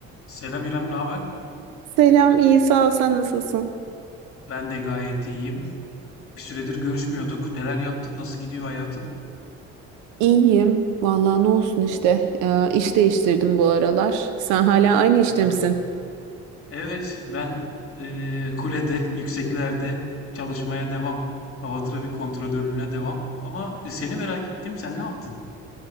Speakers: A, on the left; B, on the right.
A: Selam İrem, ne haber?
B: Selam, iyi sağ ol. Sen nasılsın?
A: Ben de gayet iyiyim. Bir süredir görüşmüyorduk. Neler yaptın? Nasıl gidiyor hayatın?
B: İyiyim. Vallahi ne olsun işte. Ee, iş değiştirdim bu aralar. Sen hala aynı işte
A: Ya.
B: misin?
A: Evet, ben eee, kulede, yükseklerde çalışmaya devam. Hava trafik kontrolörlüğüne devam. Ama seni merak ettim. Sen ne yaptın?